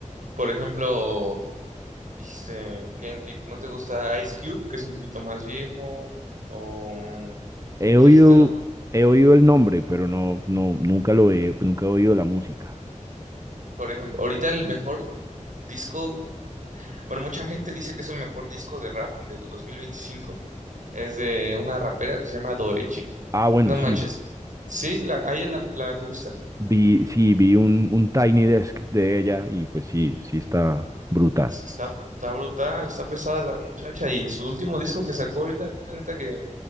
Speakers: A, on the right (about 75°); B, on the right (about 25°).
A: Por ejemplo, dijiste Kendrick, ¿no te gusta Ice Cube, que es un poquito más viejo? O
B: He
A: pues
B: oído,
A: dijiste Doctor,
B: he oído el nombre, pero no, no, nunca lo he, nunca he oído la música.
A: por ejemplo, ahorita el mejor disco, bueno, mucha gente dice que es el mejor disco de rap del 2025, es de una rapera que se llama Doechi.
B: Ah, bueno,
A: No manches.
B: sí,
A: ¿Sí? ¿La, a ella la la- te gusta?
B: vi, sí, vi un, un Tiny Desk de ella y pues sí, sí está brutal.
A: Sí, Está, está brutal, está pesada la muchacha y su último disco que sacó ahorita, la neta que,